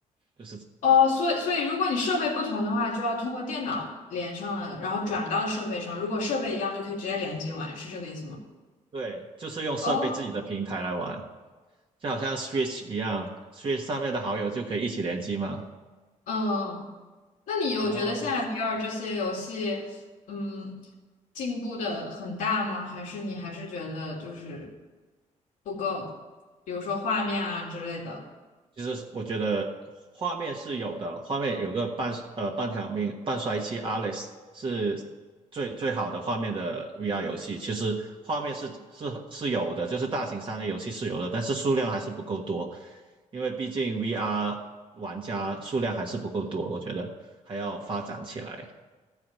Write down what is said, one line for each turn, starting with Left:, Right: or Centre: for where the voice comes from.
Right: 就是
Left: 哦，所以所以如果你设备不同的话，就要通过电脑连上了，然后转到设备上。如果设备一样，就可以直接连接玩，是这个意思吗？
Right: 对，就是用设备自己的平台来玩，
Left: 哦，
Right: 就好像 Switch 一样，Switch 上面的好友就可以一起联机嘛。
Left: 嗯那你有觉得现在
Right: 然后
Left: VR 这些游戏，嗯，进步的很大吗？还是你还是觉得就是不够？比如说画面啊之类的，
Right: 就是我觉得画面是有的，画面有个半呃半条命半衰期 Alice 是最最好的画面的 VR 游戏。其实画面是是是有的，就是大型三 A 游戏是有的，但是数量还是不够多，因为毕竟 VR 玩家数量还是不够多，我觉得还要发展起来。